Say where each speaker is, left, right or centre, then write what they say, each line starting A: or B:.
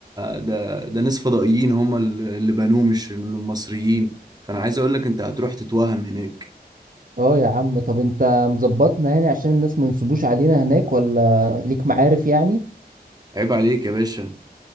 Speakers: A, on the right; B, on the right.
A: ده ده ناس فضائيين هم ال- اللي بنوه مش المصريين فانا عايز اقول لك انت هتروح تتوهم هناك
B: اه يا عم طب انت مظبطنا يعني عشان الناس ما ينصبوش علينا هناك ولا ليك معارف يعني
A: عيب عليك يا باشا